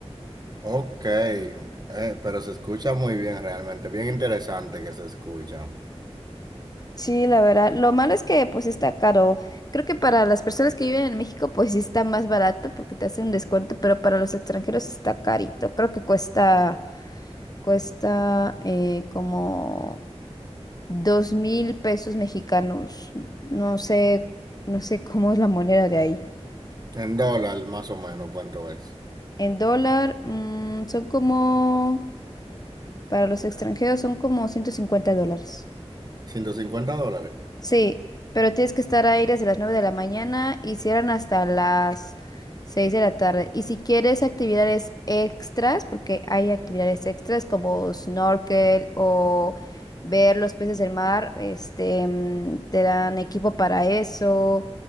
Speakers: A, on the right; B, on the left.
A: Ok, eh, pero se escucha muy bien realmente, bien interesante que se escucha.
B: Sí, la verdad. Lo malo es que pues está caro. Creo que para las personas que viven en México pues sí está más barato porque te hacen un descuento, pero para los extranjeros sí está carito. Creo que cuesta, cuesta eh, como dos mil pesos mexicanos. No sé, no sé <laughs> cómo es la moneda de ahí.
A: En dólar, más o menos, ¿cuánto es?
B: En dólar, mm, son como, para los extranjeros son como 150 dólares.
A: ciento cincuenta dólares.
B: Sí, pero tienes que estar ahí desde las 9 de la mañana y cierran hasta las 6 de la tarde. Y si quieres actividades extras, porque hay actividades extras como snorkel o ver los peces del mar, este, mm, te dan equipo para eso.